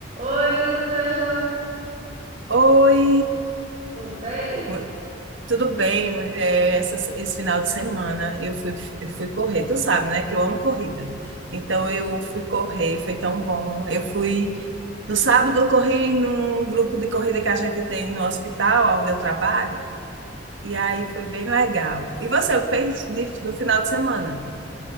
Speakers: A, on the right; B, on the right.
A: Oi, Rosângela,
B: Oi,
A: tudo bem?
B: mu- tudo bem, mulher? Essa, esse final de semana eu fui, eu fui correr, tu sabe, né, que eu amo corrida. Então
A: Hum.
B: eu fui correr, foi tão bom. Eu fui, no sábado eu corri num grupo de corrida que a gente tem no hospital, onde eu trabalho, e aí foi bem legal. E você, o que fez de- do final de semana?